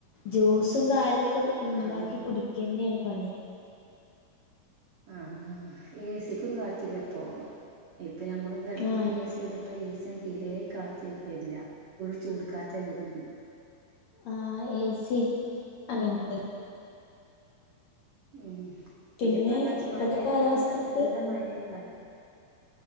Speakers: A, on the left; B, on the right.
A: ജ്യൂസും കാര്യംക്കെ ഉണ്ടാക്കി
B: ആഹ്
A: കുടിക്ക്യന്നെണ് പണി
B: ആഹ് എ സിക്കും കാറ്റില്ലപ്പൊ ഇപ്പൊ ഞമ്മ <unintelligible> കടക്കുമ്പോൾ
A: ആഹ്
B: ഏ സിയന്നട്ടാ ഏ സിയും തീരെ കാറ്റ് വരില്ല ഫുൾ ചൂട് കാറ്റ വരുന്നേ
A: ആഹ് എ സി അങ്ങനത്തെ
B: ഉം
A: പിന്നെ
B: ഇനിയിപ്പോ എന്താ വച്ചാ
A: ഇപ്പത്തെ
B: മഴ പെയ്യുമ്പോ
A: കാലാവസ്ഥക്ക്
B: നല്ല മഴയക്കാരണം